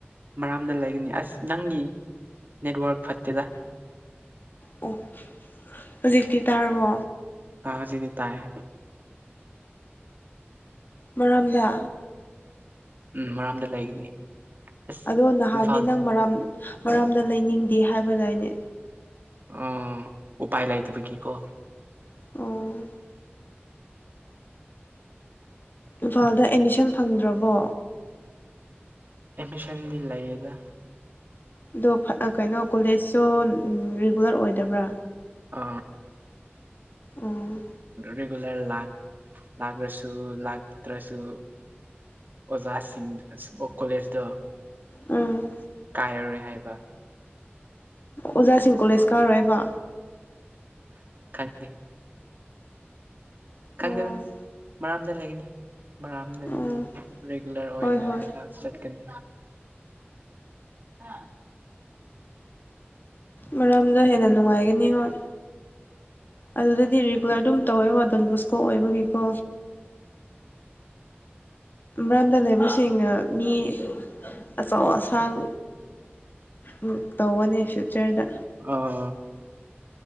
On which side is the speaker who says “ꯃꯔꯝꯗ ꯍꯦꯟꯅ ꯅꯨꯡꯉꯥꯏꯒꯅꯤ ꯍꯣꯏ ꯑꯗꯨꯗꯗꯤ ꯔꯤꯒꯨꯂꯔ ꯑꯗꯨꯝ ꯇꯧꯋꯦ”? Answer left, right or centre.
Left